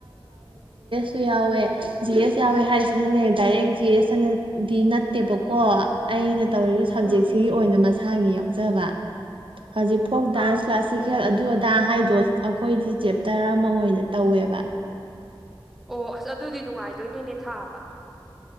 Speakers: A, on the right; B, in the centre.
A: ꯁꯨ ꯌꯥꯎꯋꯦ ꯖꯤ ꯑꯦꯁ ꯌꯥꯎꯋꯦ ꯍꯥꯏꯔꯤꯁꯤꯅꯅꯦ ꯗꯥꯏꯔꯦꯛ ꯖꯤ ꯑꯦꯁ ꯍꯥꯏꯅ ꯗꯤ ꯅꯠꯇꯦꯕꯀꯣ ꯑꯩꯅ ꯑꯩꯅ ꯇꯧꯔꯤꯕ ꯁꯕꯖꯦꯛꯁꯤꯒꯤ
B: ꯎꯝ
A: ꯑꯣꯏꯅ ꯃꯁꯥꯒꯤ ꯌꯥꯎꯖꯕ ꯍꯧꯖꯤꯛ ꯐꯣꯛ ꯗꯥꯟꯁ
B: ꯑꯥ
A: ꯀ꯭ꯂꯥꯁꯤꯀꯦꯜ ꯑꯗꯨ ꯑꯗꯥ ꯍꯥꯏꯗꯣ ꯑꯩꯈꯣꯏꯗꯤ ꯆꯦꯞꯇꯔ ꯑꯃ ꯑꯣꯏꯅ ꯇꯧꯋꯦꯕ
B: ꯑꯣ ꯑꯁ ꯑꯗꯨꯗꯤ ꯅꯨꯡꯉꯥꯏꯗꯣꯏꯅꯤꯅꯦ ꯊꯥꯕ